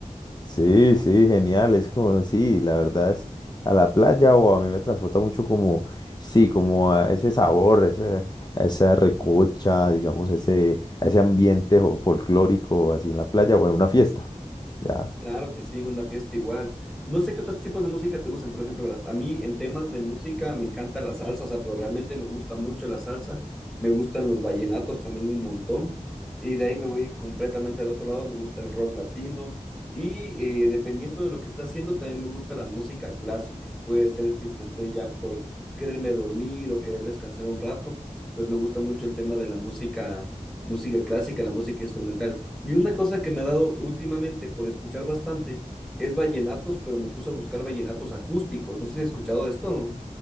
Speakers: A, on the left; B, in the centre.
A: Sí, sí, genial, es como, sí, la verdad es, a la playa o a mí me transporta mucho como, sí, como a ese sabor, ese- a esa recocha, digamos, ese, a ese ambiente jo- folclórico así en la playa o en una fiesta, ¿ya?
B: Claro que sí, una fiesta igual. No sé qué otros tipos de música te gustan, por ejemplo, ¿verdad? A mí en temas de música me encanta la salsa, o sea, pero realmente me gusta mucho la salsa, me gustan los vallenatos también un montón, y de ahí me voy completamente al otro lado, me gusta el rock latino, y eh, dependiendo de lo que está haciendo, también me gusta la música clásica. Puede ser si es que estoy ya por quererme dormir o querer descansar un rato, pues me gusta mucho el tema de la música, música clásica, la música instrumental. Y una cosa que me ha dado últimamente por escuchar bastante es vallenatos, pero me puse a buscar vallenatos acústicos. No sé si has escuchado de esto.